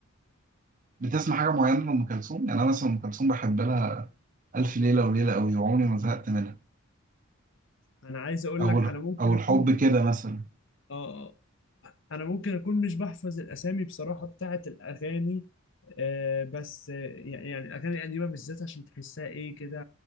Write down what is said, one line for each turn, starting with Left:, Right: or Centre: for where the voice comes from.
Right: بتسمع حاجه معينه لام كلثوم يعني انا مثلا ام كلثوم بحب لها الف ليله وليله قوي وعمري ما زهقت منها
Left: انا عايز اقول
Right: او
Left: لك انا ممكن
Right: او الحب
Left: اكون
Right: كده مثلا
Left: اه آه، انا ممكن اكون مش بحفظ الاسامي بصراحة بتاعت الاغاني آه بس آه، يعني يعني الاغاني القديمة بالذات عشان تحسها ايه كده